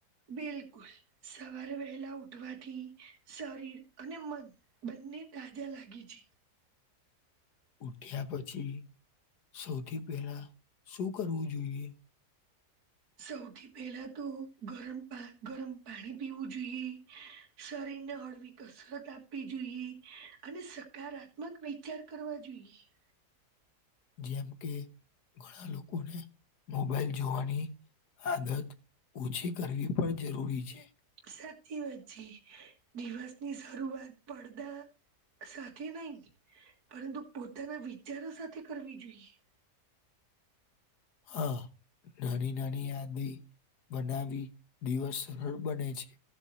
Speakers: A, on the right; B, on the left.
A: બિલકુલ, સવારે વહેલા ઉઠવાથી શરીર અને મન બંન ને તાજા લાગે છે.
B: ઉઠ્યા પછી સૌથી પેલા શું કરવું જોઈએ.
A: સૌથી પહેલા તો ગરમ પા ગરમ પાણી પીવું જોઈએ. શરીને હળવી કસરત આપવી જોઈએ અને સકારાત્મક વિચાર કરવા જોઈએ. <inaudible>
B: જેમ કે ઘણા લોકોને મોબાઈલ જોવાની આદત ઓછી કરવી પણ જરૂરી છે.
A: સાચી વાચી દિવસની શરૂઆત પડદા સાથે નહી પરંતુ પોતાના વિચારો સાથે કરવી જોઈએ. <inaudible>
B: હા નાની નાની યાદી બનાવી દિવસ સરળ બને છે.